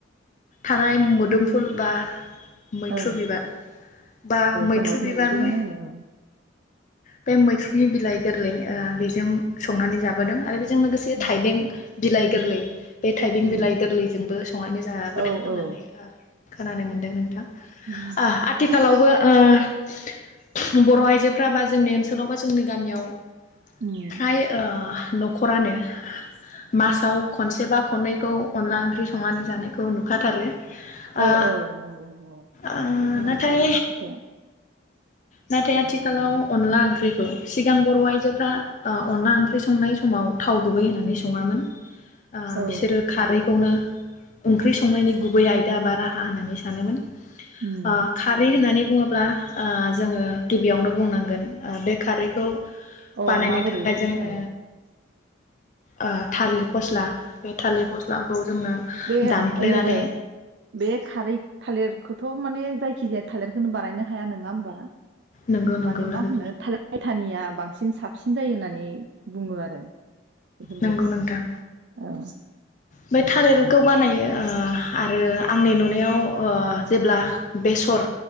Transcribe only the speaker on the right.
औ
जोंनाबो
मैथ्रुखौनो होनो औ
उम
उम
औ
औ
उम
उम
औ औ नंगौ नंगौ
बेथ' नंथारगोन
खोथाया
औ
उम
अ
माबोरै
औ
बे
लोगो बे खारै थालिरखौथ' माने जाय खिजाया थालिरखौनो बानायनो हाया नङा होमबा?
माने
मा होनो थाय थानिया बांसिन बांसिन साबसिन जायो होननानै बुङो आरो बेफोरबायदि
औ